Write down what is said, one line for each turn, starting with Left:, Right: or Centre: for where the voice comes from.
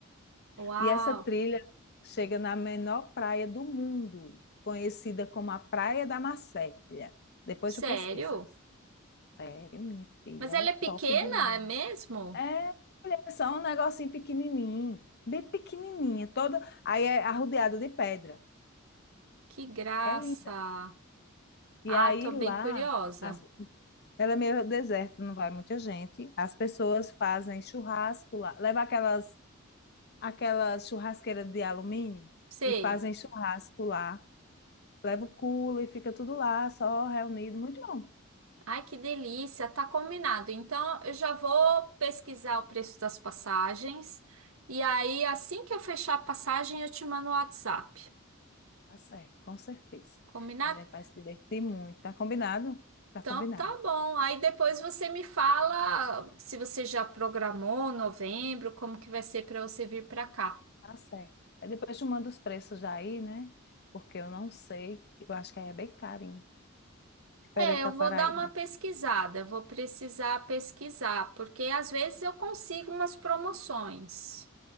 Right: Uau.
Left: E essa trilha chega na menor praia do mundo, conhecida como a Praia da Marcélia. Depois
Right: Sério?
Left: tu pesquisa. Sério, minha filha,
Right: Mas
Left: é
Right: ela é pequena,
Left: top de linha
Right: é
Left: lá.
Right: mesmo?
Left: É, mulher, é só um negocinho pequenininho, bem pequenininha, toda, aí é arrodeada de pedra.
Right: Que graça.
Left: É linda. E
Right: Ah,
Left: aí
Right: tô bem
Left: lá,
Right: curiosa.
Left: as- ela é meio deserto, não vai muita gente. As pessoas fazem churrasco lá, leva aquelas aquelas churrasqueira de alumínio
Right: Sei.
Left: e fazem churrasco lá Leva o culo e fica tudo lá, só reunido. Muito bom.
Right: Ai, que delícia, tá combinado. Então, eu já vou pesquisar o preço das passagens e aí assim que eu fechar a passagem eu te mando o WhatsApp.
Left: Tá certo, com certeza.
Right: Combinado?
Left: A gente vai se divertir muito. Tá combinado? Tá
Right: Então,
Left: combinado.
Right: tá bom. Aí depois você me fala se você já programou novembro, como que vai ser para você vir para cá.
Left: Tá certo. Aí depois tu manda os preços já aí, né? Porque eu não sei. Eu acho que aí é bem carinho. Diferente
Right: É, eu
Left: da
Right: vou
Left: Paraíba.
Right: dar uma pesquisada, eu vou precisar pesquisar, porque às vezes eu consigo umas promoções.